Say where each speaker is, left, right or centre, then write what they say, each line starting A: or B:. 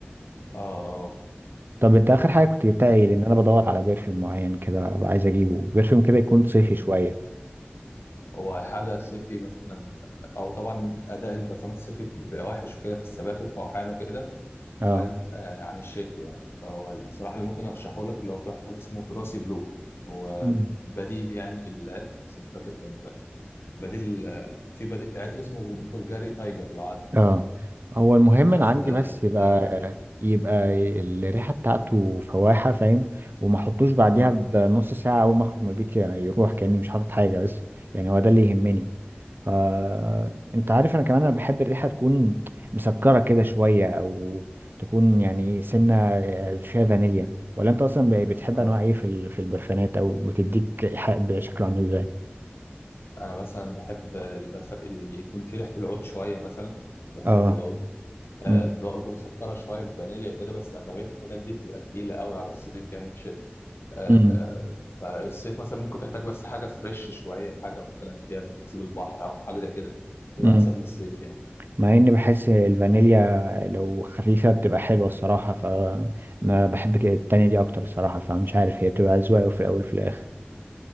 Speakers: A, on the left (about 75°); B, on the right (about 60°).
A: اه اه
B: طب انت اخر حاجه كنت جبتها ايه لان انا بدور على برفيوم معين كده أبقى عايز اجيبه برفيوم كده يكون صيفي
A: هو
B: شويه
A: هو حاجه صيفي مثلا او طبعا اداء البرفانات الصيفي بيبقى وحش وكده في الثبات والفوحان وكده
B: اه
A: بعيد آه عن الشتوي يعني فهو الصراحه اللي ممكن ارشحه لك اللي هو في واحد اسمه تراثي بلو هو
B: مم.
A: بديل يعني للعطر بس مش فاكر كان ب- بديل آه، في بديل عطر اسمه بلغاري تايجر لو عارفه
B: اه هو المهم
A: بس
B: انا عندي
A: ده
B: بس يبقى
A: سعره عالي يعني
B: يبقى الريحه بتاعته فواحه فاهم وما احطوش بعديها
A: اه
B: بنص ساعه اول ما اخرج من البيت يعني يروح كاني مش حاطط حاجه بس يعني هو ده اللي يهمني آه، انت عارف انا كمان انا بحب الريحه تكون مسكره كده شويه او تكون يعني سنه آه، فيها فانيليا ولا انت اصلا ب- بتحب
A: اه
B: انواع ايه في ال- في البرفانات او بتديك ريحه بشكل عامل ازاي
A: انا مثلا بحب البرف... اللي يكون فيه ريحه العود شويه مثلا بحب
B: اه
A: ريحه العود آه
B: امم
A: برضه مسكره شويه بفانيليا كده بس اغلبيه الحاجات دي بتبقى تقيله قوي على الصيف يعني في الشتاء آه
B: امم
A: فالصيف مثلا ممكن تحتاج بس حاجه فريش شويه حاجه مثلا فيها من نسيب البحر او حاجه زي كده تبقى
B: امم
A: انسب للصيف يعني
B: مع اني بحس الفانيليا لو خفيفه بتبقى حلوه الصراحه فما بحب كده التانية دي اكتر الصراحه فمش عارف هي بتبقى اذواق في الاول وفي الاخر